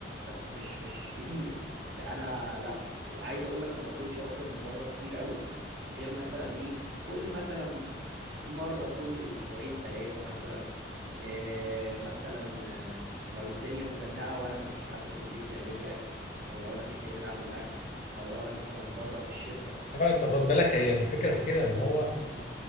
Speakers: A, on the right; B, on the left.
A: بس مش مش كتير يعني انا لا وعايز اقول لك ما باكلش اصلا من بره كتير قوي غير مثلا ايه كل مثلا مرة كل اسبوعين ثلاثة مثلا إيه مثلا آه، لو الدنيا مزنقة وانا مفيش حد في البيت يعمل لي اكل او لو انا مش قادر اعمل اكل او لو انا مثلا بره في الشركة
B: انت
A: كده
B: خد
A: اهو
B: بالك هي الفكرة في كده ان هو
A: مم.